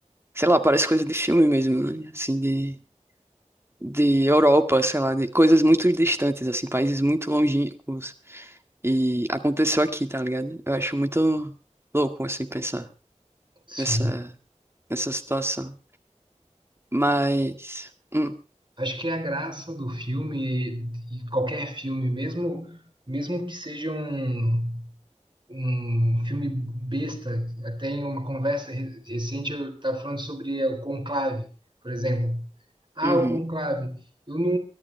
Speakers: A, on the right; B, on the right.
A: sei lá, parece coisa de filme mesmo, né? Assim, de de Europa, sei lá, de coisas muito distantes, assim, países muito longínquos. E aconteceu aqui, tá ligado? Eu acho muito louco, assim, pensar
B: Sim.
A: nessa, nessa situação. Mas. Hum,
B: Acho que é a graça do filme, e qualquer filme, mesmo, mesmo que seja um, um filme besta, até em uma conversa re- recente eu estava falando sobre é, o Conclave, por exemplo. Ah,
A: uhum.
B: o Conclave. Eu não,